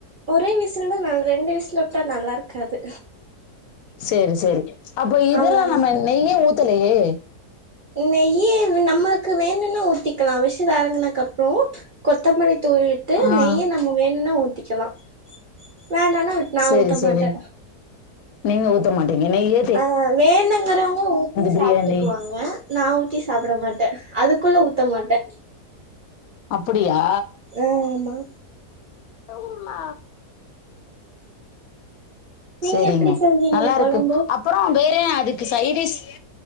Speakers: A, on the right; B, on the left.
A: ஒரே விசில் தா நல் ரெண்டு விசில் உட்டா நல்லாருக்காது
B: சேரி சேரி அப்ப இதுல
A: அவ்ளோதா
B: நம்ம நெய்யே ஊத்தலயே
A: நெய்யு நம்மளுக்கு வேணுனா ஊத்திக்கலா விசில் எறங்கனக்கு அப்றோ கொத்தமல்லி தூவிவிட்டு
B: ஆ
A: நெய்ய நம்ம வேணுனா ஊத்திக்கலா வேண்டானா நா
B: சேரி
A: ஊத்த
B: சேரி
A: மாட்டே
B: நீங்க ஊத்த மாட்டிங்க நெய்யி
A: ஆ வேணுங்றவங்க ஊத்தி
B: பிரியாணி
A: சாப்ட்டுக்குவாங்க நா ஊத்தி சாப்ட மாட் ட அதுக்குள்ள ஊத்த மாட்ட
B: அப்புடியா
A: ஓ ஆமா
B: உம் மா
A: நீங்க
B: சேரிங்க
A: எப்டி செஞ்சீங்க
B: நல்லா இருக்கு
A: கொழம்பு
B: அப்பறோ வேற அதுக்கு சைடிஸ்